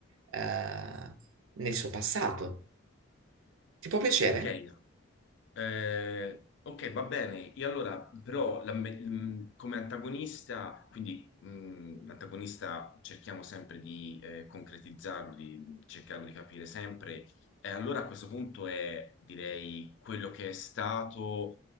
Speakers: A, on the right (about 80°); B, on the left (about 60°).
A: eh, nel suo passato. Ti può piacere?
B: Ok, eh, ok, va bene. E allora, però, la me- mh, come antagonista, quindi mh, l'antagonista cerchiamo sempre di eh, concretizzarlo, di cercarlo di capire sempre. E allora a questo punto è, direi, quello che è stato